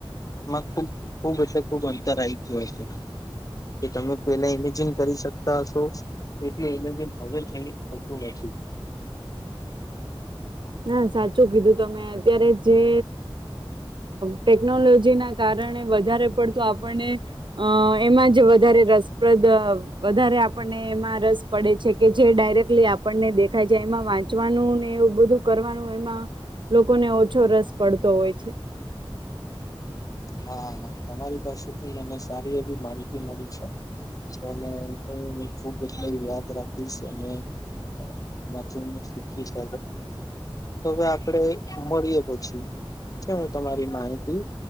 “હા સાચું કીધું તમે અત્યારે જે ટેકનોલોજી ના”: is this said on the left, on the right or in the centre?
Right